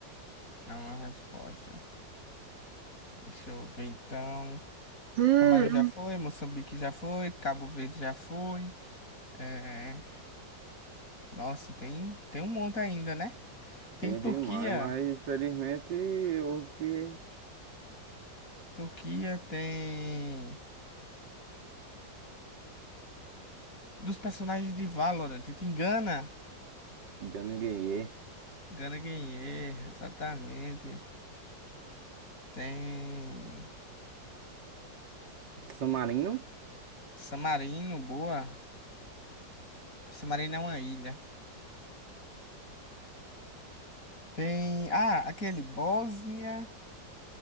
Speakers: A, on the left (about 50°); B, on the right (about 80°).
A: Não é uma resposta. Deixa eu ver então.
B: Hum.
A: Camarão já foi, Moçambique já foi, Cabo Verde já foi. É... Nossa, tem, tem um monte ainda, né? Tem
B: Tem
A: Turquia.
B: demais, mas infelizmente os que.
A: Turquia tem. Dos personagens de Valorant. Tem Gana.
B: Ganhei.
A: Gana Guerreiro, exatamente. Tem.
B: San Marino?
A: Samarino, boa. Samarino é uma ilha. Tem. Ah, aquele Bósnia.